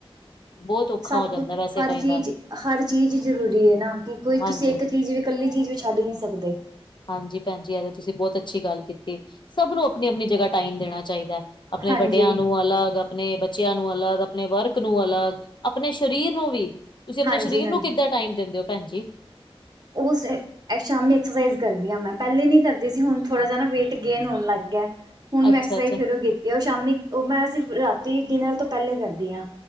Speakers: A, on the left; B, on the right.
A: ਬੌਤ ਔਖਾ
B: ਸਭ
A: ਹੋ ਜਾਂਦਾ
B: ਕੁਛ
A: ਵੈਸੇ
B: ਹਰ
A: ਕਈ
B: ਚੀਜ਼
A: ਵਾਰ।
B: ਹਰ ਚੀਜ਼ ਜਰੂਰੀ ਐ ਨਾ, ਕਿ ਕੋਈ
A: ਹਾਂਜੀ
B: ਤੁਸੀਂ ਇੱਕ ਚੀਜ਼ ਵੀ ਕੱਲੀ ਚੀਜ਼ ਵੀ ਛੱਡ ਨੀ ਸਕਦੇ।
A: ਹਾਂਜੀ ਭੈਣਜੀ, ਏ ਤਾਂ ਤੁਸੀਂ ਬਹੁਤ ਅੱਛੀ ਗੱਲ ਕੀਤੀ, ਸਭ ਨੂੰ ਆਪਣੀ ਆਪਣੀ ਜਗਾ ਟਾਈਮ ਦੇਣਾ ਚਾਈਦਾ, ਆਪਣੇ
B: ਹਾਂਜੀ
A: ਵੱਡਿਆਂ ਨੂੰ ਅਲੱਗ ਆਪਣੇ ਬੱਚਿਆਂ ਨੂੰ ਅਲੱਗ, ਆਪਣੇ ਵਰਕ ਨੂੰ ਅਲੱਗ, ਆਪਣੇ ਛਾਰੀਰ ਨੂੰ ਵੀ ਤੁਸੀਂ ਆਪਣੇ
B: ਹਾਂਜੀ
A: ਸਰੀਰ ਨੂੰ ਕਿੱਦਾਂ ਟਾਈਮ ਦਿੰਦੇ ਓ, ਭੈਣ ਜੀ।
B: ਓਸ ਇਕ ਸ਼ਾਮੀ ਐਕਸਰਸਾਈਜ਼ ਕਰਦੀ ਆ ਮੈਂ, ਪੈਲੇ ਨੀ ਕਰਦੀ ਸੀ ਹੁਣ ਥੋੜਾ ਜਿਆ ਨਾ ਵੇਟ ਗੇਨ ਹੋਣ ਲੱਗ ਗਿਆ। ਹੁਣ
A: ਅੱਛਾ
B: ਮੈਂ ਐਕਸਰਸਾਈਜ਼
A: ਅੱਛਾ
B: ਸ਼ੁਰੂ ਕੀਤੀ ਆ ਓ ਸ਼ਾਮੀ ਓ ਮੈਂ ਸਿਰਫ ਰਾਤੀ ਡਿਨਰ ਤੋਂ ਪੈਲੇ ਕਰਦੀ ਆਂ।